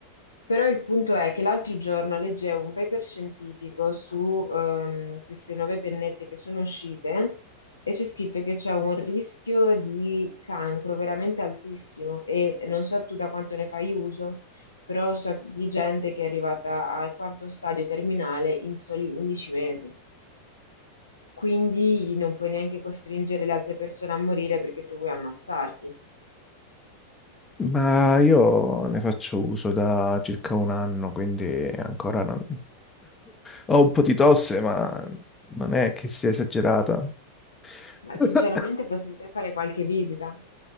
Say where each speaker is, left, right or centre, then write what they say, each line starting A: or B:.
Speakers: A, on the left (about 80°); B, on the left (about 15°).
A: Però il punto è che l'altro giorno leggevo un paper scientifico su ehm, queste nuove pennette che sono uscite e c'è scritto che c'è un rischio di cancro veramente altissimo e non so tu da quanto ne fai uso, però so di gente che è arrivata al quarto stadio terminale in soli 11 mesi. Quindi non puoi neanche costringere le altre persone a morire perché tu vuoi ammazzarti.
B: Ma io ne faccio uso da circa un anno, quindi ancora non... Ho un po' di tosse, ma non è che sia esagerata.
A: Ma
B: <coughs>
A: sinceramente,
B: <laughs>
A: fossi in te, fare qualche visita.